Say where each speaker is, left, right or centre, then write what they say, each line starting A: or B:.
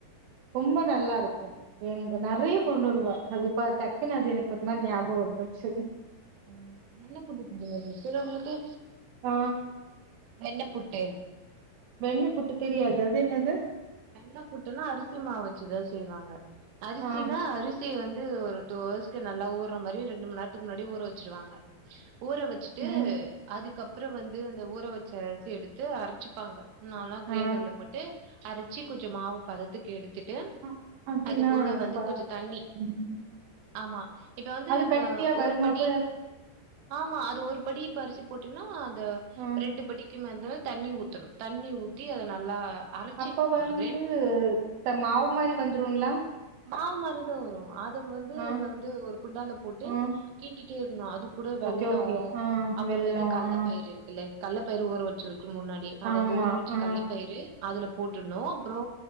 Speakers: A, on the right; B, on the right.
A: ரொம்ப நல்லா இருக்கும் எங்க நறைய கொண்டு வருவா அது இப்ப டக்குன்னு அது எனக்கு ரொம்ப ஞாபகம் வந்துச்சு
B: ம் என்ன ஃபுட்டு தெரில விக்கிறவங்களுக்கு
A: ஆ
B: வெண்ணப்புட்டு
A: வெண்ண புட்டு தெரியாது அது என்னது
B: வெண்ண புட்டுன்னா அரிசி மாவு வச்சுதா செய்வாங்க அரிசின்னா
A: ஆ
B: அரி சி வந்து ஒரு டூ அவர்ஸ்கு நல்லா ஊற மாரி ரெண்டு மணி நேரத்துக்கு முன்னாடி ஊற வச்சிருவாங்க ஊற வச்சு வச்சுட்டு
A: ம்
B: அதுக்கப்புறோ வந்து அந்த ஊற வச்ச அரிசி எடுத்து அரச்சிப்பாங்க நல்லா க்ரைண்டர்ல
A: ஆ
B: போட்டு அரச்சி கொஞ்சோ மாவு பதத்துக்கு எடுத்துட்டு
A: அ- அதுனா
B: அது கூட
A: எனக்கு
B: வந்து
A: பா
B: கொஞ்சோ தண்ணி
A: ம்
B: ஆமா இப்ப வந்து
A: அது கட்டியா
B: வ
A: வருமா
B: ஒரு படி
A: அப்ப
B: ஆமா அது ஒரு படி இப்ப அரிசி போட்டீங்கன்னா அந்த
A: ஆ
B: ரெண்டு படி கி மதிரா தண்ணி ஊத்தணு தண்ணி ஊத்தி அத நல்லா அரச்சி
A: அப்ப வந்து
B: கிரைண்
A: இந்த மாவு மாரி வந்துருல்லா
B: மாவு மாரிதா வரு அத வந்து
A: ஆ
B: நம்ம வந்து ஒரு குண்டால போட்டு
A: ஆ
B: கிண்டிட்டே இருக்கனு அது கூட வெள்ளோ
A: ஓகே ஓகே ஆ
B: அப்புறோ
A: வெல்லோ
B: வந்து கல்லப்பயிரு
A: ஆ
B: இல்ல கல்லப்பயிர ஊற வச்சிருக்கனு முன்னாடி அந்த
A: ஆமா
B: ஊற வச்ச
A: ஆ
B: கவ்ல பயிரு அதுல போட்டுட்னு அப்புறோ